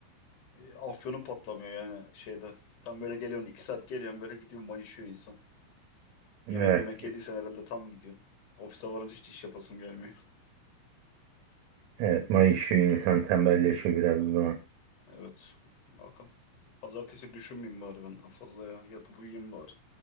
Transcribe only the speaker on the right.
Evet.
Evet, mayışıyor
insan tembelleşiyor biraz o zaman.